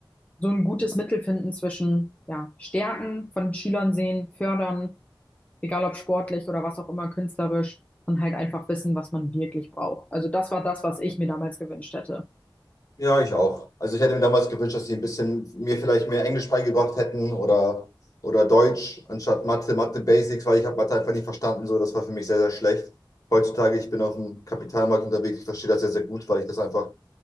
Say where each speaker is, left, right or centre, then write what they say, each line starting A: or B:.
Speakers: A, on the left; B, on the left.
A: so ein gutes Mittel finden zwischen ja, Stärken von Schülern sehen, fördern, egal ob sportlich oder was auch immer, künstlerisch und halt einfach wissen, was man wirklich braucht. Also das war das, was ich mir damals gewünscht hätte.
B: Ja, ich auch. Also ich hätte mir damals gewünscht, dass sie ein bisschen mir vielleicht mehr Englisch beigebracht hätten oder, oder Deutsch anstatt Mathe, Mathe Basics, weil ich habe Mathe einfach nicht verstanden. So, das war für mich sehr, sehr schlecht. Heutzutage, ich bin auf dem Kapitalmarkt unterwegs, ich verstehe das sehr, sehr gut, weil ich das einfach